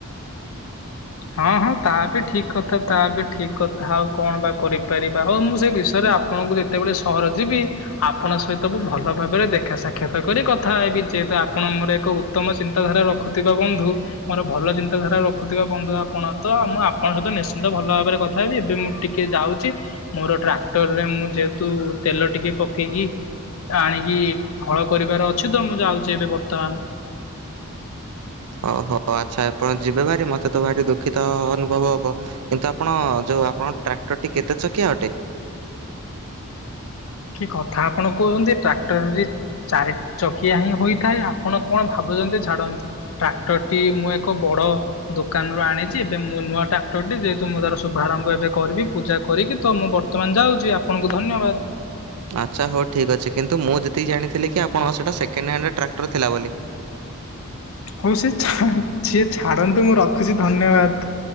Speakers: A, on the left; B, on the right.
A: ହଁ ହଁ ତା ବି ଠିକ କଥା ତା ବି ଠିକ କଥା ଆଉ କଣ ବା କରିପାରିବା। ହଉ ମୁଁ ସେଇ ବିଷୟରେ ସାରେ ଆପଣଙ୍କୁ ଯେତେବେଳେ ସହର ଯିବି। ଆପଣଙ୍କ ସହିତ ମୁଁ ଭଲ ଭାବରେ ଦେଖା ସାକ୍ଷତ କ୍ଷାତ କରି କଥା ହେବି। ଯେହେତୁ ଆପଣ ମୋର ଏକ ଉତ୍ତମ ଚିନ୍ତାଧାରା ରଖୁଥିବା ବନ୍ଧୁ ମୋର ଭଲ ଚିନ୍ତାଧାରା ରଖଥିବା ବନ୍ଧୁ ଆ ପଣ ତ ମୁଁ ଆପଣଙ୍କ ସହିତ ନିଶ୍ଚିନ୍ତ ଭଲ ଭାବରେ କଥା ହେବି। ଏବେ ମୁଁ ଟିକେ ଯାଉଛି ମୋର ଟ୍ରାକ୍ଟରରେ ମୁଁ ଯେହେତୁ ତେଲ ଟିକେ ପକେଇକି ଆଣିକି ହଳ କରିବାର ଅଛି ତ। ମୁଁ ଯାଉଛି ଏବେ ବର୍ତ୍ତମାନ।
B: ଓହୋ ଆଚ୍ଛା ଆପଣ ଯିବେ ଭାରି ମତେ ତ ଭାରି ଦୁଃଖିତ ଅନୁଭବ ହବ। କିନ୍ତୁ ଆପଣ ଯୋଉ ଆପଣଙ୍କ ଟ୍ରାକ୍ଟରଟି କେତେ ଚକିଆ ଅଟେ?
A: କି କଥା ଆପଣ କହୁଛନ୍ତି ଟ୍ରାକ୍ଟରରେ ଚାରି ଚକିଆ ହିଁ ହୋଇଥାଏ। ଆପଣ କଣ ଭାବୁଛନ୍ତି ଛାଡ଼ନ୍ତୁ ଟ୍ରାକ୍ଟର ଟି ମୁଁ ଏକ ବଡ ଦୋକାନରୁ ଆଣିଛି ଏବେ ମୁଁ ନୂଆ ଟ୍ରାକ୍ଟର ଟି ଯେହେତୁ ମୁଁ ତାର ଶୁଭାରମ୍ଭ ଏବେ କରିବି ପୂଜା କରିକି ତ ମୁଁ ବର୍ତ୍ତମାନ ଯାଉଛି ଆପଣଙ୍କୁ ଧନ୍ୟବାଦ।
B: ଆଚ୍ଛା ହଉ ଠିକ୍ ଅଛି। କିନ୍ତୁ ମୁଁ ଯେତିକି ଜାଣିଥିଲି କି ଆପଣଙ୍କ ସେଟା ସେକେଣ୍ଡ ହ୍ୟାଣ୍ଡ ଟ୍ରାକ୍ଟର ଥିଲା ବୋଲି।
A: ହଉ ସିଏ ସିଏ ଚ୍ଛା ଛାଡ଼ନ୍ତୁ ମୁଁ ରଖୁଛି ଧନ୍ୟବାଦ।